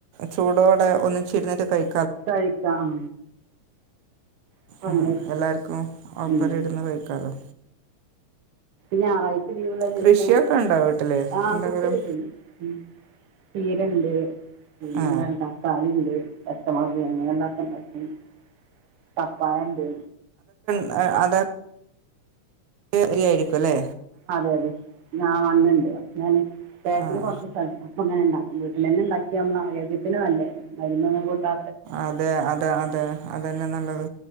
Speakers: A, on the right; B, on the right.
A: ചൂടോടെ ഒന്നിച്ച് ഇഴുന്നട്ട് കഴി
B: കഴിക്കാം അപ്പം
A: മ്മ്
B: അങ്ങനെ
A: എല്ലാർക്കും ഓഫർ
B: ഉം.
A: ഇരുന്ന് കഴിക്കാലോ
B: ഞായറായി ലീവുള്ള ദിവസം
A: കൃഷിയൊക്കെ ഉണ്ടോ വീട്ടിൽ
B: ആ
A: എന്തെങ്കിലും
B: കൃഷിയൊക്കെ ചെയ്യും തീരുണ്ട് പിനെന്താണ്
A: ആ
B: തക്കാളി ഉണ്ട് കസ്റ്റമർ ഇനി എങ്ങന <unintelligible> ത പയോണ്ട്
A: അഹ് അതാ <unintelligible> യായിരിക്കുല്ലേ
B: അതെ അതെ ഞാൻ വന്നിണ്ട് ഞാന് ബാക്കില്
A: ആ
B: കൊർച്ച് <unintelligible> അപ്പങ്ങനെണ്ടാക്കും വീട്ടിലന്നെ ഇണ്ടാക്ക്യാ നമ്മളെ ആരോഗ്യത്തിന് നല്ലയല്ലെ മരുന്നൊന്നും കൂട്ടാ
A: അതെ അതെ അതെ അതന്നെ നല്ലത്